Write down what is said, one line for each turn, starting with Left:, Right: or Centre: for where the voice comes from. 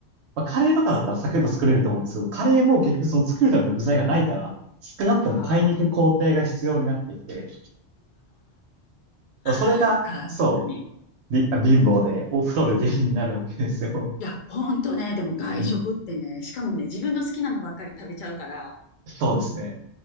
Right: まあ、カレーとかだったらサクッと作れると思うんですけど、
Left: そ
Right: カレーも結局その作るための具材がないから、
Left: う。うんうん。
Right: 少なくとも買いに行く工程が必要になってきて、
Left: ああ。
Right: それが、
Left: <laughs> 確かに。
Right: そう、び貧乏でお太る原因になるわけですよ。
Left: いや、ほんとね、でも外食ってね、
Right: うん。
Left: しかもね、自分の好きなのばっかり食べちゃうから、
Right: そうですね。